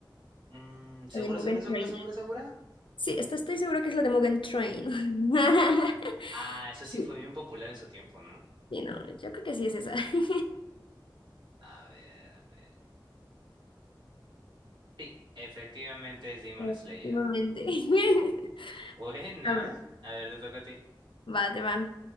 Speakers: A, on the right; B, on the left.
A: Mm, ¿segura,
B: de Mugen
A: segura, segura,
B: Train.
A: segura, segura?
B: Sí, esto estoy seguro que es la de Mugen Train. <laughs>
A: Ah, eso sí
B: Sí,
A: fue bien popular en su tiempo, ¿no?
B: sí, no, yo creo que sí es esa. <laughs>
A: A ver, a ver. Sí, efectivamente es Demon
B: Últimamente.
A: Slayer.
B: <laughs>
A: Buena.
B: A ver,
A: A ver, te toca a ti.
B: va, te va.